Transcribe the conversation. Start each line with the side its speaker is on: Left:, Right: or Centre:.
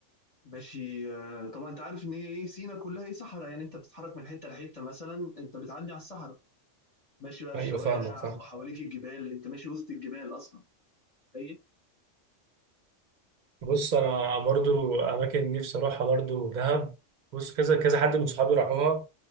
Left: ماشي آه، طبعا انت عارف ان هي ايه سينا كلها ايه صحراء يعني انت بتتحرك من حته لحته مثلا انت بتعدي على الصحراء ماشي بقى
Right: ايوه
Left: في شوارع
Right: فاهمك فاهم
Left: وحواليك الجبال انت ماشي وسط الجبال اصلا ايوه
Right: بص انا برضو اماكن نفسي اروحها برضو دهب بص كذا كذا حد من صحابي راحوها